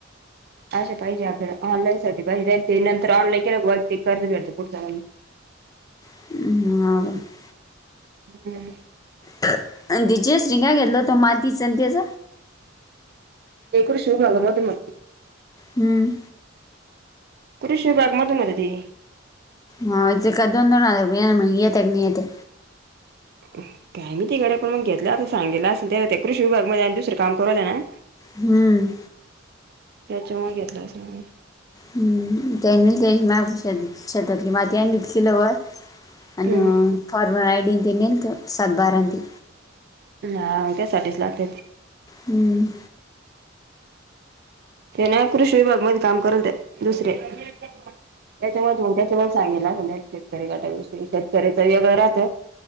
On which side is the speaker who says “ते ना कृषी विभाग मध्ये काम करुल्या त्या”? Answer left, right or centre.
Right